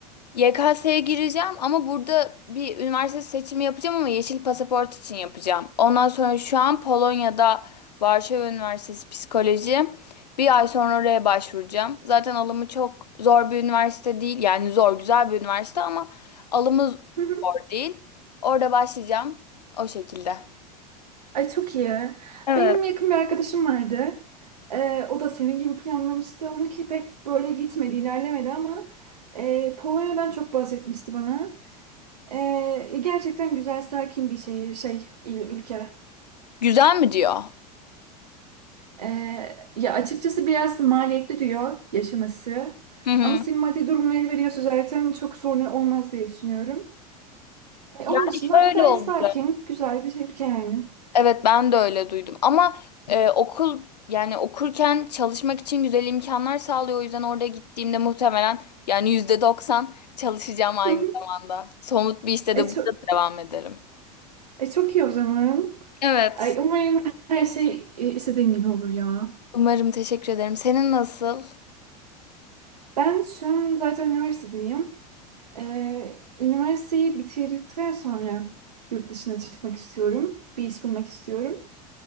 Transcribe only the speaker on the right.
<laughs>
Ay çok iyi.
Benim yakın bir arkadaşım vardı. Ee, o da senin gibi planlamıştı. Onunki pek böyle gitmedi, ilerlemedi ama e, Polonya'dan çok bahsetmişti bana. Ee, gerçekten güzel, sakin bir şehir, şey, il- ülke.
Ee, ya açıkçası biraz maliyetli diyor yaşaması.
Ama senin maddi durumun el veriyorsa zaten çok sorun olmaz diye düşünüyorum. E,
onun dışında
gayet
sakin, güzel bir ülke yani.
<laughs>
Ay,
çok-
E çok iyi o zaman.
Ay, umarım her şey e, istediğin gibi olur ya.
Ben şu an zaten üniversitedeyim. E, üniversiteyi bitirdikten sonra yurt dışına çıkmak istiyorum. Bir iş bulmak istiyorum.